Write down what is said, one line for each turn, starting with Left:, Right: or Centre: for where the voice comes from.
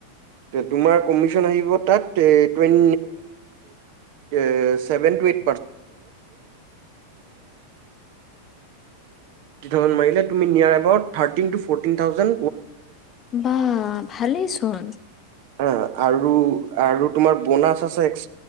Right: তোমাৰ কমিশন আহিব তাত টে টৱেন <inaudible> ফিফটি থাউজেন মাৰিলে তুমি নিয়াৰ আগত থাৰ্তিন টো ফৰ্টিন থাওজেন
Left: বা ভালেই চোন
Right: হা আৰু আৰু তোমাৰ বনাছ আছে এক্স